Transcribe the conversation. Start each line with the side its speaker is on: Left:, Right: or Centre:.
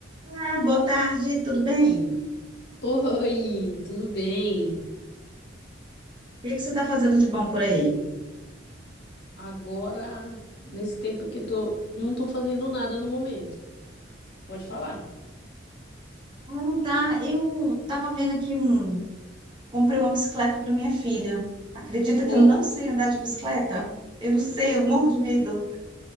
Right: Ah, boa tarde, tudo bem? O
Left: Oi, tudo bem?
Right: que que você está fazendo de bom por aí?
Left: Agora, nesse tempo que eu tô, não tô fazendo nada no momento. Pode falar.
Right: Ah, tá. Eu estava vendo aqui um. Comprei uma bicicleta para minha filha. Acredita que
Left: Oh,
Right: eu não sei andar de bicicleta? Eu não sei, eu morro de medo.